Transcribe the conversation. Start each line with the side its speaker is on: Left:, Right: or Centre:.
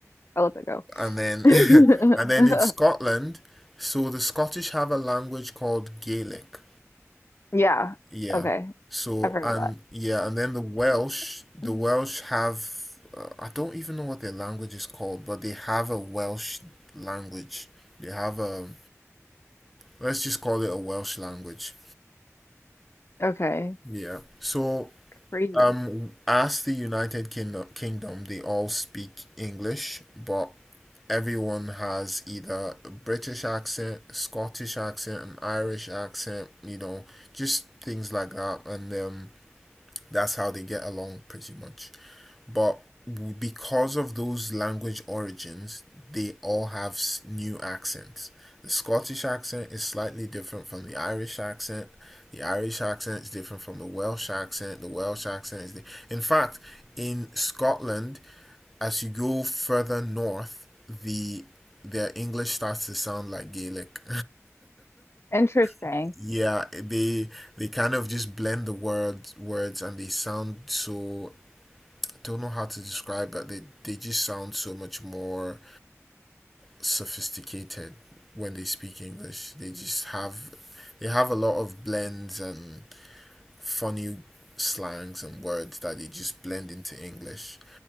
Left: I'll let that go.
Centre: And then
Left: <laughs>
Centre: <laughs> and then in Scotland, so the Scottish have a language called Gaelic.
Left: Yeah.
Centre: Yeah.
Left: Okay.
Centre: So
Left: I've heard
Centre: and
Left: of that.
Centre: yeah, and then the Welsh, the
Left: <laughs>
Centre: Welsh have uh, I don't even know what their language is called, but they have a Welsh language. They have a let's just call it a Welsh language.
Left: Okay.
Centre: Yeah. So
Left: Crazy.
Centre: um as the United Kingdom, Kingdom, they all speak English, but everyone has either a British accent, Scottish accent, an Irish accent, you know, just things like that. And um That's how they get along pretty much. But because of those language origins, they all have new accents. The Scottish accent is slightly different from the Irish accent. The Irish accent is different from the Welsh accent. The Welsh accent is. The, in fact, in Scotland, as you go further north, the their English starts to sound like Gaelic.
Left: Interesting.
Centre: <laughs> yeah, they they kind of just blend the word words and they sound so don't know how to describe but they they just sound so much more sophisticated when they speak english they just have they have a lot of blends and funny slangs and words that they just blend into english